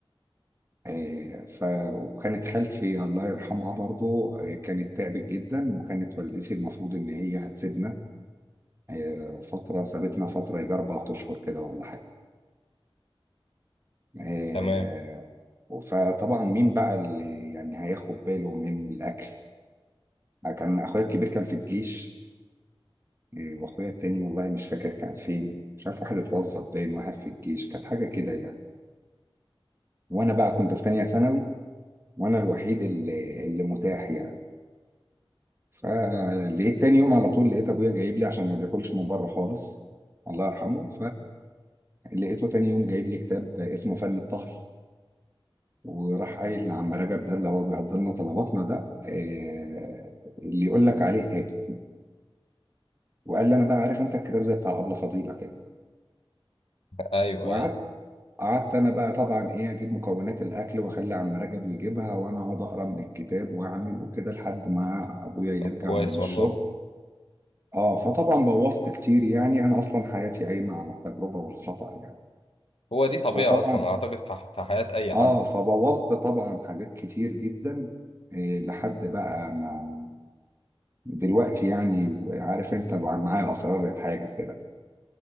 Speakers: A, on the right; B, on the left.
A: آه، ف وكانت خالتي الله يرحمها برضو آه، كانت تعبت جدا وكانت والدتي المفروض ان هي هتسيبنا هي فترة سابتنا فترة يجي أربع أشهر كده ولا حاجة آه،
B: تمام
A: فطبعا مين بقى اللي يعني هياخد باله من الأكل كان أخويا الكبير كان في الجيش آه، وأخويا التاني والله مش فاكر كان فين مش عارف واحد اتوظف باين واحد في الجيش كانت حاجة كده يعني وأنا بقى كنت في تانية ثانوي وأنا الوحيد اللي, اللي متاح يعني فلقيت تاني يوم على طول لقيت أبويا جايب لي عشان ما بياكلش من بره خالص الله يرحمه فلقيته تاني يوم جايب لي كتاب اسمه فن الطهي وراح قايل لعم رجب ده اللي هو بيقضي لنا طلباتنا ده آه، اللي يقول لك عليه هاي وقال لي انا بقى عارف انت الكتاب زي بتاع ابله فضيله كده
B: ايوه
A: وقعدت
B: ايوه
A: قعدت انا بقى طبعا ايه اجيب مكونات الاكل واخلي عم رجب يجيبها وانا اقعد اقرا من الكتاب واعمل وكده لحد ما ابويا يرجع
B: طب كويس
A: من الشغل
B: والله
A: اه فطبعا بوظت كتير يعني انا اصلا حياتي قايمه على التجربه والخطا يعني
B: هو دي طبيعة
A: فطبعا
B: أصلا أعتقد في ح- في حياة أي
A: اه
B: حد
A: فبوظت طبعا حاجات كتير جدا إيه، لحد بقى ما دلوقتي يعني عارف انت بقى معايا اسرار الحاجه كده